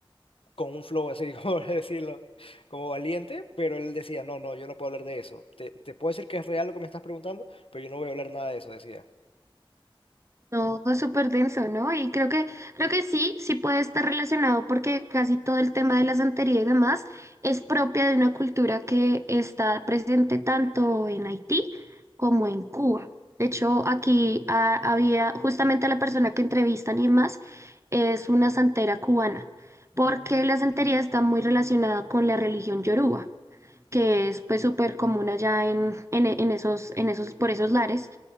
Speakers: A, on the left; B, on the right.
A: con un flow así, <laughs> como decirlo, como valiente, pero él decía, no, no, yo no puedo hablar de eso, te, te puedo decir que es real lo que me estás preguntando, pero yo no voy a hablar nada de eso, decía.
B: No, fue súper denso, ¿no? Y creo que, creo que sí, sí puede estar relacionado porque casi todo el tema de la santería y demás es propia de una cultura que está presente tanto en Haití como en Cuba. De hecho, aquí ah, había justamente la persona que entrevistan y demás es una santera cubana, porque
A: Mm,
B: la santería está muy relacionada con la religión yoruba, que es pues súper común allá en, en, en esos, en esos, por esos lares.